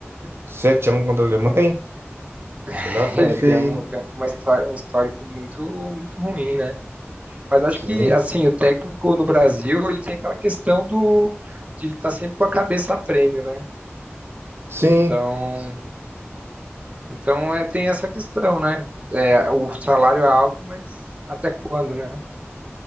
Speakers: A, on the right; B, on the right.
A: sete x 1 contra a Alemanha.
B: <laughs>
A: Que lá foi
B: é,
A: feio,
B: tem, um,
A: hein?
B: tem uma história, um histórico muito, muito ruim, né? Mas acho
A: Sim.
B: que assim, o técnico no Brasil, ele tem aquela questão do de ele estar sempre com a cabeça a prêmio, né?
A: Sim.
B: Então, então é, tem essa questão, né? É, o salário é alto, mas até quando, né?